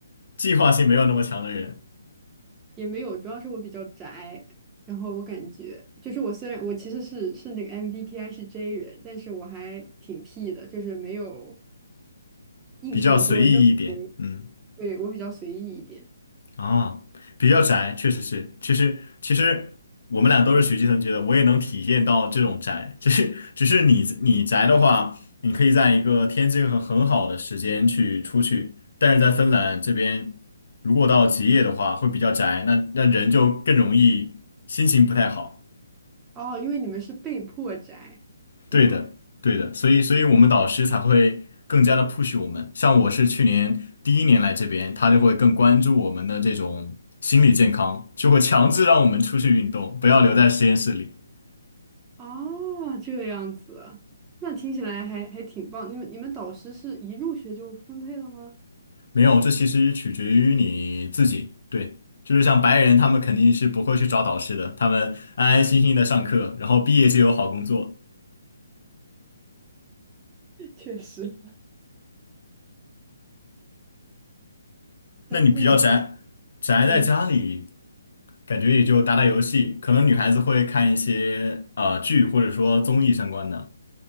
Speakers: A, on the left; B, on the right.
A: 计划性没有那么强的人，
B: 也没有，主要是我比较宅，然后我感觉就是我虽然我其实是是那个 MBTI 是 J 人，但是我还挺 P 的，就是没有印象中的那么
A: 比较随意一点。
B: J，
A: 嗯。
B: 对，我比较随意一点。
A: 啊，比较宅，确实是。其实其实我们俩都是学计算机的，我也能体现到这种宅。只是只是你你宅的话，你可以在一个天气很很好的时间去出去，但是在芬兰这边，如果到极夜的话，会比较宅，那那人就更容易心情不太好。
B: 哦，因为你们是被迫宅，对吗？
A: 对的，对的，所以，所以我们导师才会更加的 push 我们。像我是去年第一年来这边，他就会更关注我们的这种心理健康，就会强制让我们出去运动，不要留在实验室里。
B: 哦，这样子，那听起来还还挺棒。你们你们导师是一入学就分配了吗？
A: 没有，这其实取决于你自己。对，就是像白人，他们肯定是不会去找导师的，他们安安心心的上课，然后毕业就有好工作。
B: <laughs> 确实。嗯，
A: 那你比较宅，
B: 那你平
A: 宅在家里，
B: 嗯。
A: 感觉也就打打游戏，可能女孩子会看一些呃剧或者说综艺相关的